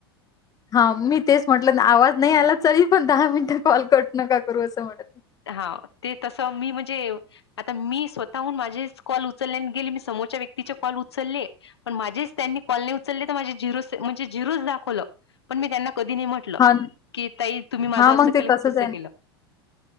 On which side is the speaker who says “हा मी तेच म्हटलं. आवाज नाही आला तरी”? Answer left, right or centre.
Left